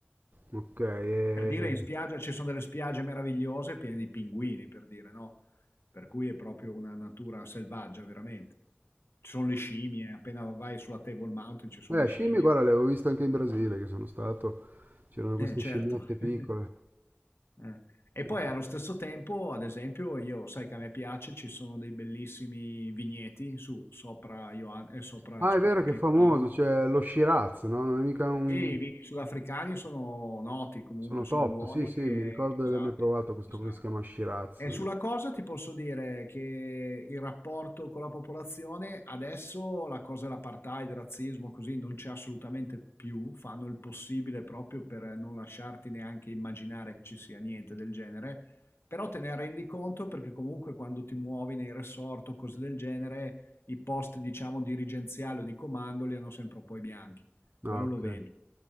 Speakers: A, on the right; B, on the left.
A: Ok, e...
B: Per dire in spiaggia ci sono delle spiagge meravigliose piene di pinguini, per dire, no? Per cui è proprio una natura selvaggia, veramente. Ci sono le scimmie, appena vai sulla Table Mountain ci sono
A: Eh,
B: le
A: scimmie,
B: scimmie.
A: guarda, le avevo viste anche in Brasile, che sono stato, c'erano queste
B: Eh, certo.
A: scimmiette piccole.
B: <laughs> Eh. E
A: Sì,
B: poi
A: sì.
B: allo stesso tempo, ad esempio, io sai che a me piace, ci sono dei bellissimi vigneti su, sopra, Johan, eh, sopra,
A: Ah,
B: scusa,
A: è vero
B: Cape
A: che è famoso,
B: Town.
A: c'è lo Shiraz, no? Non è mica un...
B: Sì, i vini sudafricani sono noti comunque,
A: Sono
B: sono
A: top,
B: buoni.
A: sì, sì,
B: eh,
A: mi ricordo di
B: esatto,
A: averne provato questo
B: esatto.
A: qui che si chiama Shiraz.
B: E sulla cosa ti posso dire che il rapporto con la popolazione, adesso la cosa dell'apartheid, il razzismo, così non c'è assolutamente più, fanno il possibile proprio per non lasciarti neanche immaginare che ci sia niente del genere, però te ne rendi conto perché comunque quando ti muovi nei resort o cose del genere, i posti diciamo dirigenziali o di comando li hanno sempre un po' i bianchi, quello
A: Ah, ok.
B: lo vedi.